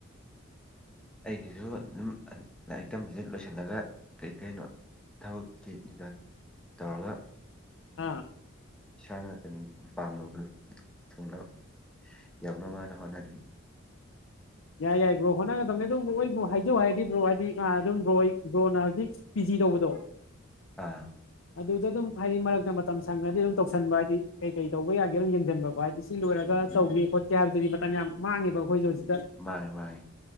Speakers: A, in the centre; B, on the left.
A: ꯑꯩꯒꯤꯁꯨ ꯑꯗꯨꯝ ꯂꯥꯏꯔꯤꯛ ꯇꯝꯕꯁꯦ ꯂꯣꯏꯁꯤꯜꯂꯒ ꯀꯔꯤ ꯀꯩꯅꯣ ꯊꯕꯛ ꯊꯤꯂꯤꯕ ꯇꯧꯔꯒ
B: ꯑꯥ
A: ꯏꯁꯥꯅꯇꯅꯤ ꯄꯥꯝꯃꯕꯗꯣ ꯊꯨꯡꯅ ꯌꯧꯅꯕꯅ ꯍꯣꯠꯅꯔꯤ
B: ꯌꯥꯏ ꯌꯥꯏ ꯕ꯭ꯔꯣ ꯍꯣꯠꯅꯒꯗꯕꯅꯤ ꯑꯗꯨꯝ ꯕ꯭ꯔꯣ ꯍꯥꯏꯖꯧ ꯍꯥꯏꯔꯗꯤ ꯕ꯭ꯔꯣ ꯍꯥꯏꯗꯤ ꯑꯗꯨꯝ ꯕ꯭ꯔꯣ ꯕ꯭ꯔꯣꯅ ꯍꯧꯖꯤꯛ ꯄꯤꯖꯤ ꯇꯧꯕꯗꯣ
A: ꯑꯥ
B: ꯑꯗꯨꯗ ꯑꯗꯨꯝ ꯍꯥꯏꯗꯤ ꯃꯔꯛꯇ ꯃꯇꯝ ꯁꯪꯉꯗꯤ ꯑꯗꯨꯝ ꯇꯧꯁꯟꯕ ꯍꯥꯏꯗꯤ ꯀꯩ ꯀꯩ ꯇꯧꯕ ꯌꯥꯒꯦ ꯑꯗꯨꯝ ꯌꯦꯡꯁꯤꯟꯕꯀꯣ ꯍꯥꯏꯗꯤ ꯁꯤ ꯂꯣꯏꯔꯒ
A: ꯎꯝ
B: ꯇꯧꯒꯦ ꯈꯣꯠꯀꯦ ꯍꯥꯏꯕꯗꯨꯗꯤ ꯃꯇꯝ ꯌꯥꯝ ꯃꯥꯡꯉꯦꯕ ꯑꯩꯈꯣꯏꯁꯨ ꯍꯧꯖꯤꯛꯀꯥꯟ
A: ꯃꯥꯡꯉꯦ ꯃꯥꯡꯉꯦ